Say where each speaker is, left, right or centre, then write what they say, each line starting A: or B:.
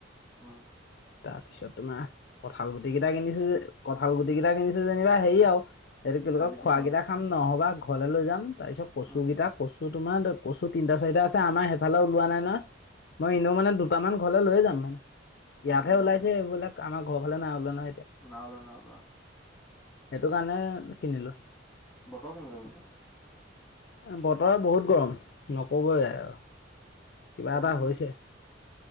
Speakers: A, in the centre; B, on the left.
A: উম
B: তাৰপিছত তোমাৰ কঁঠাল গুটি কিটা কিনিছোঁ কঁঠাল গুটি কিটা কিনিছোঁ যেনিবা হেই আউ এইটো কি বুলি
A: দালিত
B: কয়, খোৱা
A: দি খাবলে
B: কেইটা খাম, নহ'বা ঘৰলে লৈ যাম তাৰপিছত কচু
A: উম
B: কেইটা, কচু তোমাৰ কচু তিনিটা-চাৰিটা আছে, আমাৰ সেইফালে ওলোৱা নাই ন, মই
A: উম
B: এনেও মানে দুটামান ঘৰলে লৈয়ে যাম, মানে ইয়াতহে
A: উম উম
B: ওলাইছে
A: উম
B: এইবিলাক আমাৰ ঘৰ ফালে নাই ওলোৱা নহয় এতিয়া।
A: নাও লোৱা নাও লোৱা
B: সেইটো কাৰণে কিনিলো।
A: বতৰ কেনেকুৱা সেইফালে?
B: বতৰ বহুত গৰম নক'বই আৰু কিবা
A: গৰম
B: এটা হৈছে।